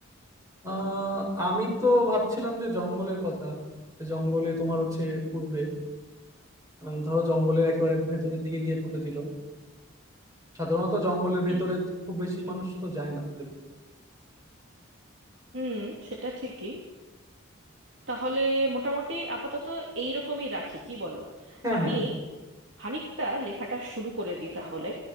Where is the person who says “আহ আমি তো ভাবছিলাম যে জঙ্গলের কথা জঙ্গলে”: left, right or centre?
Right